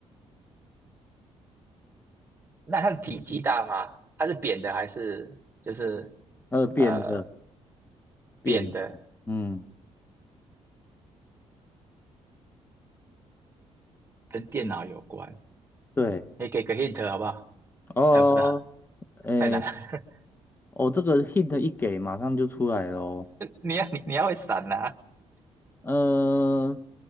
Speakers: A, on the right; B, on the left.
A: 那它的体积大吗？它是扁的还是就是
B: 呃，扁的
A: 呃
B: 扁的，
A: 扁的？
B: 嗯，
A: 跟电脑有关，
B: 对，
A: 你给个 hint 好不好？
B: 哦，
A: 猜不到，
B: 诶，
A: 太难了。
B: 哦，这个 hint 一给，马上就出来了哦，
A: 你要你你要会闪呐、
B: 呃，